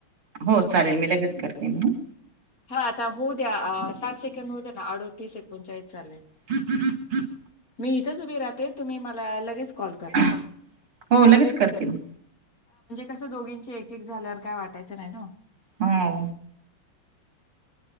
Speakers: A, on the right; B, on the left.
A: हो चालेल मी लगेच करते मग.
B: हा आता होऊ द्या साठ सेकंड होऊ द्या ना अडोतीस एकोणचाळीस झाले.
A: किती कि <unintelligible>
B: मी. उभी राहते तुम्ही मला लगेच कॉल करा.
A: हा हो लगेच करते मग
B: तसं दोघींची एक एक झाल्यावर, काय वाटायचं नाही ना.
A: हो